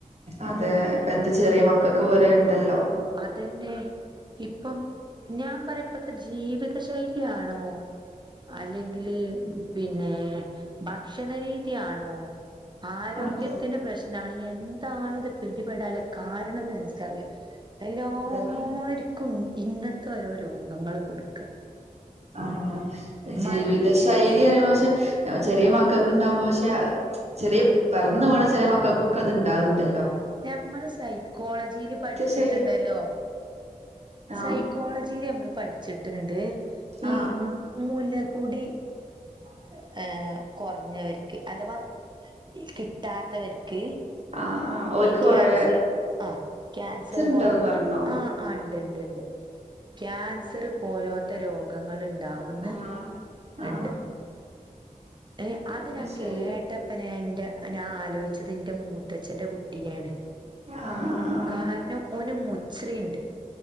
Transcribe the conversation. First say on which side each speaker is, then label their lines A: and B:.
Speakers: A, on the right; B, on the right.
A: അതെ ഇപ്പ എന്ത് ചെറിയ മക്കൾക്ക് വരെണ്ടല്ലോ
B: അതന്നെ ഇപ്പം ഞാൻ പറയ ഇപ്പത്തെ ജീവിത ശൈലിയാണോ അല്ലെങ്കില് പിന്നെ ഭക്ഷണ രീതിയാണോ ആരോഗ്യത്തിന്റെ
A: അതെ
B: പ്രശ്നാണ് എന്താണ് ഇത് പിടിപെടാന്ള്ള കാരണംന്ന് മനസ്സിലാവില്ല എല്ലാര്ക്കും
A: അതെ
B: ഇങ്ങനത്തെ ഓരോ രോഗങ്ങൾ കൊടുക്ക
A: ആഹ് ജീവിത
B: മരണ
A: ശൈലി അറിയുമ്പോ പക്ഷെ ചെറിയ മക്കൾക് ണ്ടാകുമ്പോ പക്ഷെ ചെറിയ പെറന്നു വീണ ചെല മക്കൾക്കൊക്കെ ഇത്ണ്ടാക്ണ്ടല്ലോ
B: ഞമ്മള് സൈക്കോളജിയില് പഠിച്ചിട്ടുണ്ടല്ലോ
A: ശൈലി ആഹ്
B: സൈക്കോളജിയില് നമ്മൾ പഠിച്ചിട്ടുണ്ട്
A: ആഹ്
B: ഈ മുല കുടി
A: <inaudible>
B: ക്ക്‌ ആഹ് കുറഞ്ഞവർക്ക് അഥവാ കിട്ടാത്തവർക്ക്
A: ആഹ് ആഹ് ഓര്ക്ക്
B: ഈ ക്യാൻസർ
A: കൊറേ
B: പോ ആഹ് ക്യാൻസർ
A: ഉണ്ടാവന്ന്
B: പോൽ
A: പറഞ്ഞോ
B: ആഹ് ആഹ് ണ്ട് ണ്ട് ണ്ട് ക്യാൻസർ പോലോത്തെ രോഗങ്ങൾ ഇണ്ടാവുന്ന്
A: ആഹ് ആഹ്
B: ഇണ്ട് ട്ട് അതി
A: അത്
B: ഞാൻ
A: ശരി
B: കേ ട്ടപ്പന്നെ യാഇൻ്റെ ഞാൻ ആലോയ്ച്ചത് എന്റെ മൂത്തച്ഛന്റെ കുട്ടീനെയാണ്
A: ആഹ് ആഹ് ആഹ്
B: കാര്ണം ഓന് മുച്ച്രിയിണ്ട്